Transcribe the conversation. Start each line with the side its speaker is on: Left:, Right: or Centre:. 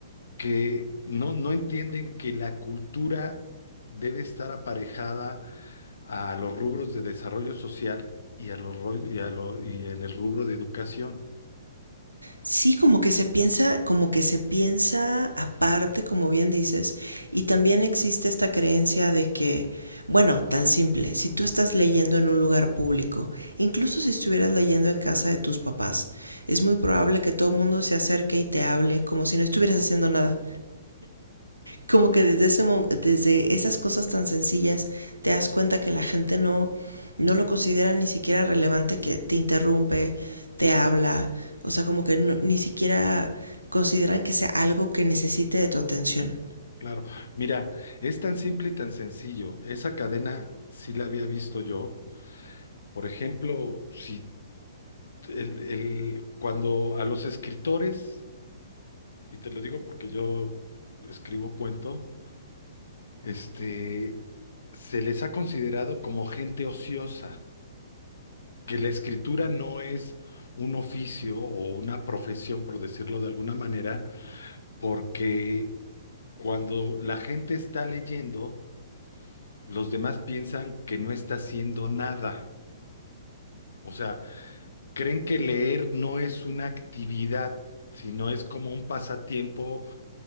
Left: que no, no entienden que la cultura debe estar aparejada a los rubros de desarrollo social y a los ro- y a lo- y en el rubro de educación.
Right: Sí, como que se piensa, como que se piensa aparte, como bien dices, y también existe esta creencia de que, bueno, tan simple, si tú estás leyendo en un lugar público, incluso si estuvieras leyendo en casa de tus papás, es muy probable que todo el mundo se acerque y te hable como si no estuvieras haciendo nada. Como que desde, ese, desde esas cosas tan sencillas te das cuenta que la gente no, no lo considera ni siquiera relevante que te interrumpe, te habla, o sea, como que no, ni siquiera consideran que sea algo que necesite de tu atención.
Left: Claro, mira, es tan simple y tan sencillo. Esa cadena sí la había visto yo. Por ejemplo, si el, el- cuando a los escritores, y te lo digo porque yo escribo cuento, este, se les ha considerado como gente ociosa, que la escritura no es un oficio o una profesión, por decirlo de alguna manera, porque cuando la gente está leyendo, los demás piensan que no está haciendo nada. O sea, creen que leer no es una actividad, sino es como un pasatiempo,